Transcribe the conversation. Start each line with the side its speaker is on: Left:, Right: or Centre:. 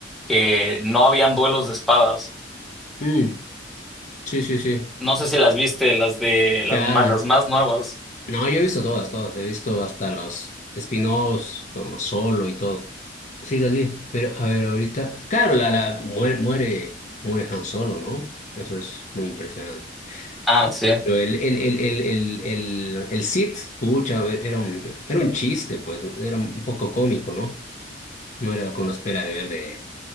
Centre: que no habían duelos de espadas.
Left: Mm, sí, sí, sí.
Centre: No sé si las viste, las de las
Left: Claro.
Centre: más, las más nuevas.
Left: No, yo he visto todas, todas. He visto hasta los spin-offs, como Solo y todo. Sí, las vi. Pero, a ver, ahorita. Claro, la, la muere, muere, muere Han Solo, ¿no? Eso es muy impresionante.
Centre: Ah, sí.
Left: Pero el, el, el, el, el, el, el Sith, pucha, a ver, era un, era un chiste, pues. Era un poco cómico, ¿no? No era con la espera de ver de